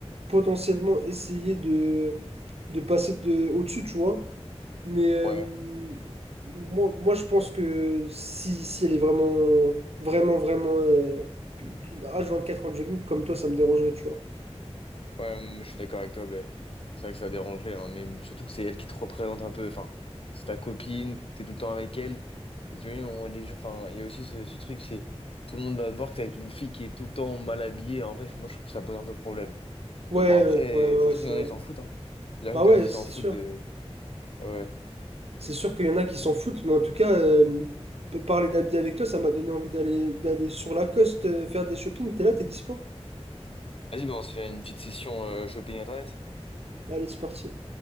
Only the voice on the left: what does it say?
Ouais,
ouais,
ouais, hum, je suis d'accord avec toi, mais c'est vrai que ça dérangerait, hein, mais surtout que c'est elle qui te représente un peu, enfin, c'est ta copine, t'es tout le temps avec elle, et tu vois, les jeux, enfin, il y a aussi ce, ce truc, c'est tout le monde va te voir que t'es avec une fille qui est tout le temps mal habillée, en vrai, moi je trouve que ça pose un peu problème.
Mais bon, après,
ça
se
trouve, il y en
a qui s'en foutent, hein. il à dire
qu'il
y en a qui s'en
foutent
de. Ouais. ouais.
Vas-y, bah, on se fait une petite session euh, shopping internet.